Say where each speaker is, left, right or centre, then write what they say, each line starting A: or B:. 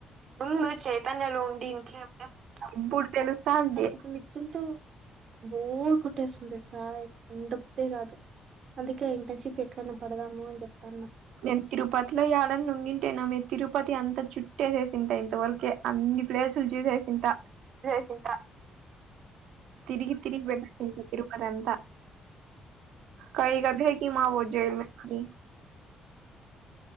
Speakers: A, on the right; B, on the right.
A: ముందు మనకు చైతన్యలు ఉండి <unintelligible>
B: ఇప్పుడు తెలుస్తాంది
A: బోర్ కొట్టేస్తుందిచై ఉండపోతే కాదు అందుకే ఇంటర్న్షిప్ ఎక్కడైనా పడదాము అని చెప్తానా
B: మేం తిరుపతిలో యాడనా ఉండి ఉంటేనా మే తిరుపతి అంతా చుట్టేసేసింట ఇంతవరకే అన్ని ప్లేసులు చూసేసింట
A: చూసేసుంట
B: తిరిగి తిరిగి వెళ్ళ తిరుమలంత కై గదెకి మా వోజ్జేల్ మే